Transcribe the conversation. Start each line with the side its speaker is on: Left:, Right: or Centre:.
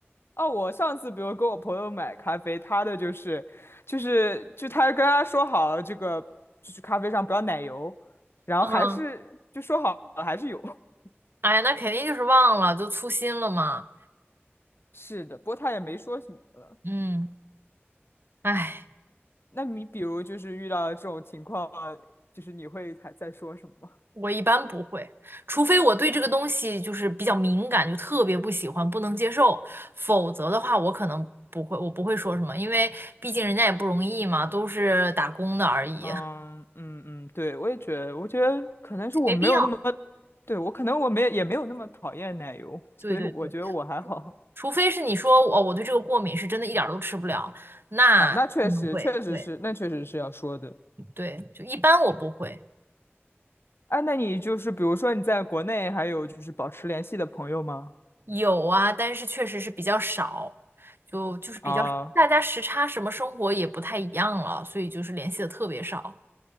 Left: 哦，我上次比如跟我朋友买咖啡，他的就是，就是就他跟他说好了，这个就是咖啡上不要奶油，然后还是就说好了还是有，
Right: 嗯，
Left: <laughs>
Right: 哎呀，那肯定就是忘了，就粗心了嘛。
Left: 是的，不过他也没说什么了。
Right: 嗯，哎，
Left: 那你比如就是遇到这种情况，就是你会还在说什么吗
Right: 我一般不会，除非我对这个东西就是比较敏感，就特别不喜欢，不能接受，否则的话，我可能不会，我不会说什么，因为毕竟人家也不容易嘛，都是打工的而已，
Left: 嗯嗯嗯，
Right: <laughs>
Left: 对，我也觉得，我觉得可能是我没有那么，
Right: 就没必要。
Left: 对，我可能我没也没有那么讨厌奶油，所以我觉得我还好。
Right: 对对对，除非是你说哦，我对这个过敏，是真的一点儿都吃不了，那可能会，
Left: 啊，那确实确实是，
Right: 对
Left: 那确实是要说的。
Right: 对，就一般我不会。
Left: 哎，那你就是比如说你在国内还有就是保持联系的朋友吗？
Right: 有啊，但是确实是比较少，就就是比较大家时差什么生活也不太一样了，
Left: 啊
Right: 所以就是联系的特别少。